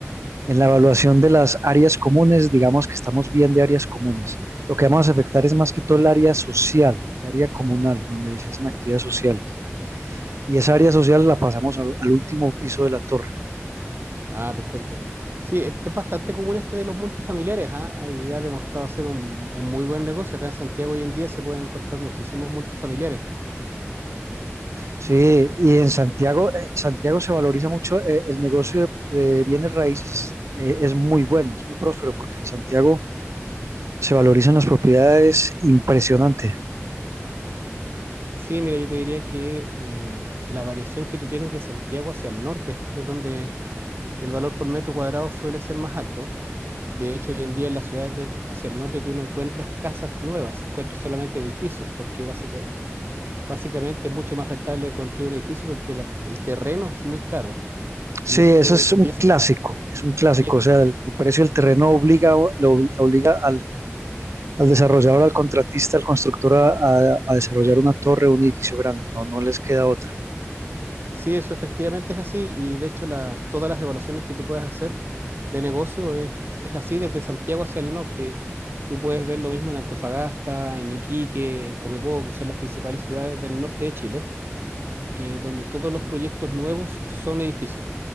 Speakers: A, on the right; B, on the right.
A: En la evaluación de las áreas comunes, digamos que estamos bien de áreas comunes. Lo que vamos a afectar es más que todo el área social, el área comunal, donde se hacen actividades sociales. Y esa área social la pasamos al, al último piso de la torre.
B: Ah, perfecto. Sí, e- es bastante común este de los multifamiliares, ¿ah? Y ha demostrado ser un, un muy buen negocio. Acá en Santiago hoy en día se pueden encontrar muchísimos multifamiliares.
A: Sí, y en Santiago, eh, Santiago se valoriza mucho, eh, el negocio de, de bienes raíces eh, es muy bueno, es muy próspero, porque en Santiago se valorizan las propiedades impresionante.
B: Sí, mira, yo te diría que eh, la variación que tú tienes de Santiago hacia el norte es, es donde el valor por metro cuadrado suele ser más alto. De hecho, hoy en día en las ciudades de- hacia el norte tú no encuentras casas nuevas, encuentras solamente edificios, porque básica- básicamente es mucho más rentable construir un edificio porque la- el terreno es muy caro.
A: Sí,
B: Y eso
A: eso
B: se-
A: es
B: y
A: un
B: ese,
A: clásico, es un clásico,
B: y es-
A: o sea, el, el precio del terreno obliga, lo obliga al al desarrollador, al contratista, al constructor a, a- a desarrollar una torre, un edificio grande, no, no les queda otra.
B: Sí, eso efectivamente es así y de hecho la- todas las evaluaciones que tú puedes hacer de negocio es, es así desde Santiago hacia el norte. Tú puedes ver lo mismo en Antofagasta, en Iquique, en Copiapó, que son las principales ciudades del norte de Chile, eh, donde todos los proyectos nuevos son edificios.